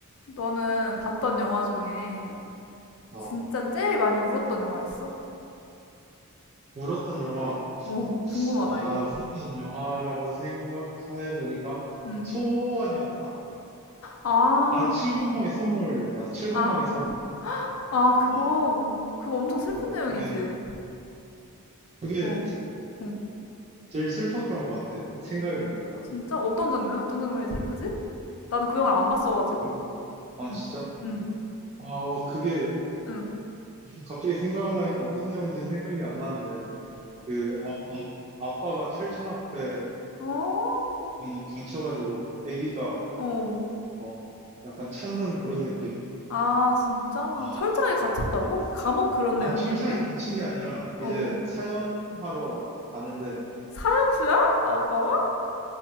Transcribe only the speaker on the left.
너는 봤던 영화 중에
진짜 제일 많이 울었던 영화 있어?
어, 궁금하다,
이거.
응.
아,
그,
아,
아, 그거,
그거 엄청 슬픈
내용이지.
어, 어.
진짜? 어떤 장면? 어떤 장면이 슬프지? 나는 그 영화를 안 봤어가지고.
응, 응,
응.
어?
어.
아, 진짜?
철저하게 갇혔다고?
감옥 그런
내용인가,
그게?
어,
어.
사형수야? 아빠가?